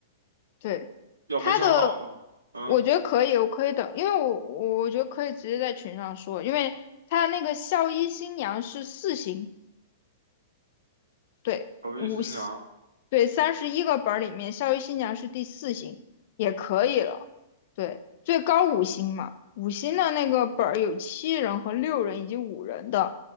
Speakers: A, on the left; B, on the right.
A: 对，
B: 要没想好呢，
A: 他的
B: 嗯。
A: 我觉得可以，我可以等，因为我我我觉得可以直接在群上说，因为它那个校医新娘是四星，对。
B: 小鱼新娘，
A: 五星。对，三十一个本儿里面，《校育新娘》是第四星，也可以了。对，最高五星嘛，五星的那个本儿有七人和六人以及五人的，